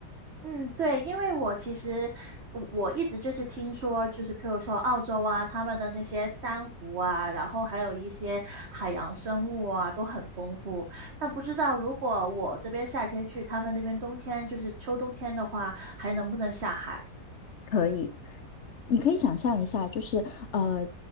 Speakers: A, on the right; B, on the left.
A: 嗯，对，因为我其实我我一直就是听说，就是譬如说澳洲啊，他们的那些珊瑚啊，然后还有一些海洋生物啊，都很丰富。但不知道如果我这边夏天去，他们那边冬天就是秋冬天的话，还能不能下海？
B: 可以，你可以想象一下，就是呃，